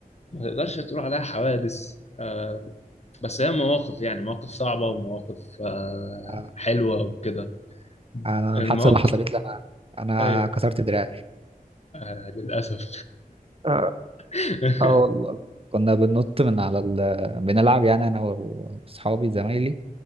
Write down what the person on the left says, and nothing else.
ما تقدرش تقول عليها حوادث آه بس هي مواقف يعني مواقف صعبة ومواقف آه
حلوة وكده
المواقف
ايوه
آه للأسف
<laughs>